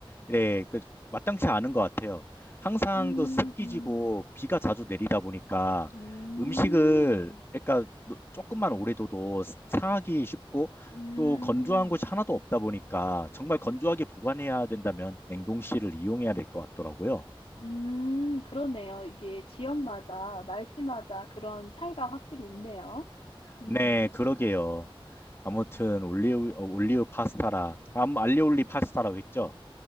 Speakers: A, on the left; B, on the left.
A: 네, 그 마땅치 않은 것 같아요. 항상
B: 음,
A: 그 습기지고
B: 음,
A: 비가 자주 내리다 보니까
B: 음,
A: 음식을 그러니까 노- 조금만 오래 둬도 상하기 쉽고
B: 음,
A: 또 건조한 곳이 하나도 없다 보니까 정말 건조하게 보관해야 된다면 냉동실을 이용해야 될 것 같더라고요.
B: 음, 그러네요. 이게 지역마다 날씨마다 그런 차이가 확실히 있네요. 음,
A: 네, 그러게요. 아무튼 올리오 어, 올리오 파스타라 암 알리올리 파스타라고 했죠?